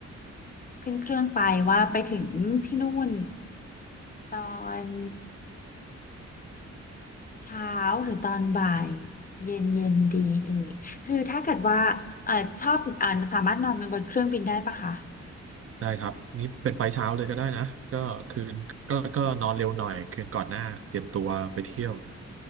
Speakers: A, on the left; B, on the right.
A: ขึ้นเครื่องไปว่าไปถึงที่นู่นตอนเช้าหรือตอนบ่ายเย็นเย็นดีเอ่ยคือถ้าเกิดว่าเอ่อชอบเอ่อสามารถนอนบนเครื่องบินได้ปะคะ
B: ได้ครับนี่เป็นไฟล์เช้าเลยก็ได้นะก็คืนก็ก็นอนเร็วหน่อยคืนก่อนหน้าเตรียมตัวไปเที่ยว